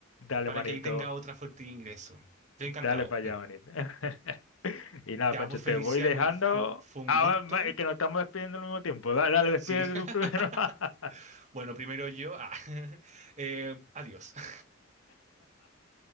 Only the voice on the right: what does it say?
para
que ahí tenga otra fuente de ingreso. Yo
encantado.
Ya,
pues Feliciano,
fue, fue un
gusto.
Sí. <laughs>
Bueno, primero yo. Ah. <laughs> Eh, adiós. <laughs>